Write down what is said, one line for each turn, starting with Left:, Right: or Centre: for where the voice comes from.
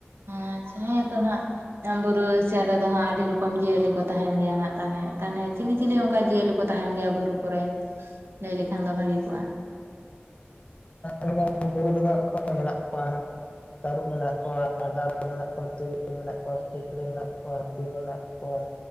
Right: ᱟᱪᱪᱷᱟ ᱦᱮᱸ ᱛᱚ ᱱᱟᱦᱟᱜ ᱵᱩᱨᱩ ᱥᱮᱱ ᱨᱮ ᱫᱚ ᱦᱟᱸᱜ ᱟᱹᱰᱤ ᱨᱚᱠᱚᱢ ᱡᱤᱭᱟᱹᱞᱤ ᱠᱚ ᱛᱟᱦᱮᱱ ᱜᱮᱭᱟ ᱦᱟᱸᱜ ᱛᱟᱦᱚᱞᱮ ᱛᱟᱦᱚᱞᱮ ᱪᱤᱞᱤ ᱪᱤᱞᱤ ᱚᱱᱠᱟ ᱡᱤᱭᱟᱹᱞᱤ ᱠᱚ ᱛᱟᱦᱮᱱ ᱜᱮᱭᱟ ᱵᱩᱨᱩ ᱠᱚᱨᱮ
Left: <unintelligible>
Right: ᱞᱟᱹᱭ ᱞᱮᱠᱷᱟᱱ ᱫᱚ ᱵᱷᱟᱹᱜᱮ ᱠᱚᱜᱼᱟ᱾
Left: ᱦᱮᱸ <unintelligible> ᱵᱩᱨᱩ ᱨᱮᱫᱚ ᱦᱟᱸᱜ ᱢᱮᱱᱟᱜ ᱠᱚᱣᱟ ᱦᱟᱸᱜ᱾ ᱛᱟᱹᱨᱩᱵ ᱢᱮᱱᱟᱜ ᱠᱚᱣᱟ ᱦᱟᱰᱟᱨ ᱢᱮᱱᱟᱜ ᱠᱚᱣᱟ ᱛᱩᱭᱩ ᱢᱮᱱᱟᱜ ᱠᱚᱣᱟ ᱥᱩᱠᱨᱤ ᱢᱮᱱᱟᱜ ᱠᱚᱣᱟ ᱦᱟᱹᱛᱤ ᱢᱮᱱᱟᱜ ᱠᱚᱣᱟ ᱾ ᱠᱚᱣᱟ